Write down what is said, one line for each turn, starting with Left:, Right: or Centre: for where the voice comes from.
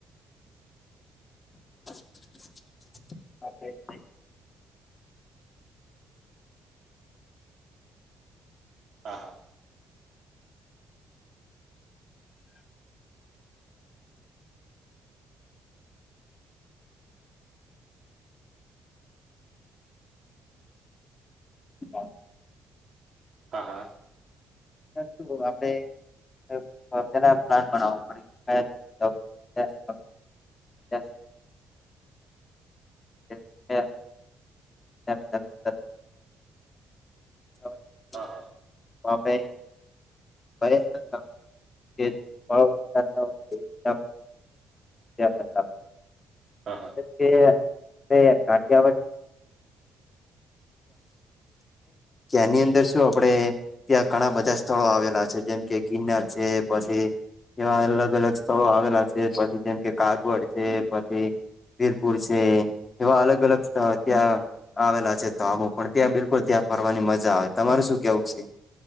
Left: <inaudible>
Right: હા હા.
Left: બ
Right: હા હા.
Left: શું આપડે <unintelligible> એ હ એ <unintelligible> <unintelligible>
Right: હા હા.
Left: હ ભાઈ. ભ ભાવ વિતાર ના હોય એ રી આપ <unintelligible>
Right: હા હા.
Left: કે કોઈ વાર કાઠીયાવાડ જેની અંદર શું આપડે ત્યાં ઘણા બધા સ્થળો છે જેમ કે ગિરનાર છે પછી એવા અલગ અલગ સ્થળો આવેલા છે પછી જેમ કે કાગળ છે પછી વીરપુર છે એવા અલગઅલગ સ્થળ ત્યાં આવેલા છે તા હો પણ ત્યાં બિલકુલ ત્યાં ફરવાની મજા આવે. તમાર શું કેવું છે?